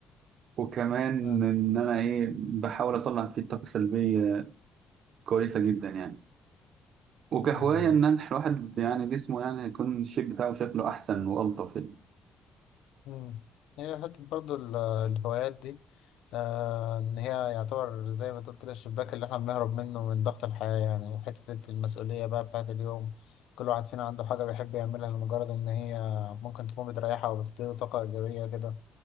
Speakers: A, on the right; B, on the left.
A: وكمان
B: آه.
A: ان انا ايه بحاول اطلع فيه طاقه سلبيه كويسه جدا يعني وكهوايه
B: مم.
A: ان أنا- الواحد يعني جسمه يعني يكون الشيب بتاعه شكله احسن والطف يعني
B: مم. هي حتة برضو ال- الهوايات دي آه إن هي يعتبر زي ما تقول كده الشباك اللي إحنا بنهرب منه من ضغط الحياة يعني حتة المسؤولية بقى بتاعت اليوم كل واحد فينا عنده حاجة بيحب يعملها لمجرد إن هي ممكن تكون بتريحها أو بتديله طاقة إيجابية كده